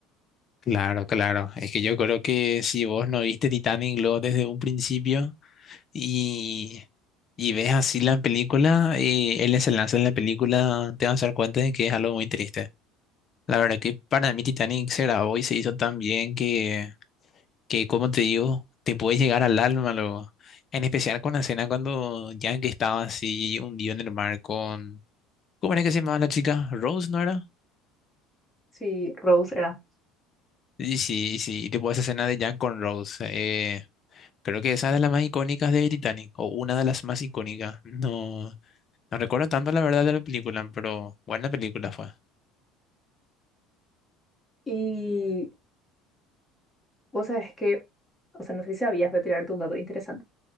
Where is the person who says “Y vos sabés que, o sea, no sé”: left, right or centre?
Left